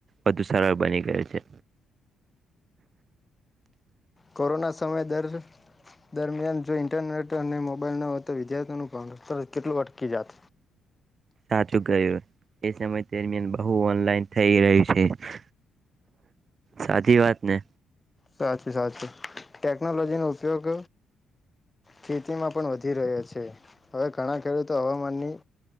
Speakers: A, on the right (about 45°); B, on the left (about 20°).
A: વધુ સરળ બની ગયો છે
B: કોરોના સમય દર દરમિયાન જો ઈન્ટરનેટ અને મોબાઈલ ન હોય તો વિદ્યાર્થીઓનુંર કેટલું અટકી જત
A: સાચું ગયું એ સમય દરમિયાન બહુ ઓનલાઈન થઈ રહ્યું છે સાચી વાત ને
B: સાચી સાચી ટેકનોલોજીનો ઉપયોગ ખેતીમાં પણ વધી રહ્યો છે હવે ઘણા ખેડૂતો હવામાનની